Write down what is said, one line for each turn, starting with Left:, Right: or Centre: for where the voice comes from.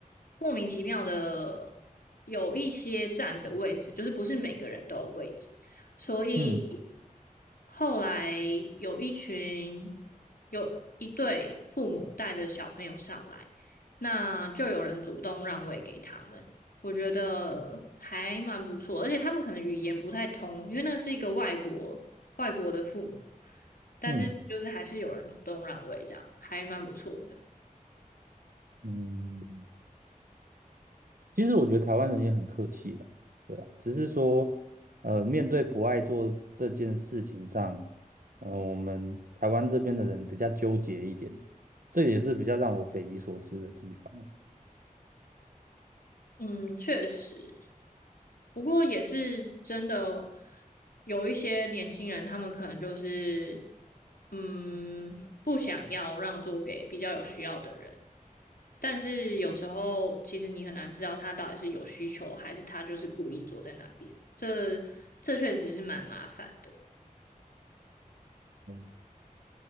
Left: 莫名其妙的有一些站的位置，就是不是每个人都有位置，所以
Right: 嗯
Left: 后来有一群有一对父母带着小朋友上来，那就有人主动让位给他们。我觉得还蛮不错，而且他们可能语言不太通，因为那是一个外国外国的父母，但是就是还是有人主动让位，
Right: 嗯
Left: 这样还蛮不错的。
Right: 嗯，其实我觉得台湾人也很客气啦。对啊，只是说，呃，面对不爱做这件事情上，呃，我们台湾这边的人比较纠结一点，这也是比较让我匪夷所思的地方。
Left: 嗯，确实，不过也是真的有一些年轻人，他们可能就是嗯不想要让座给比较有需要的人。但是有时候其实你很难知道他到底是有需求，还是他就是故意坐在那边。这这确实是蛮麻烦的。
Right: 嗯，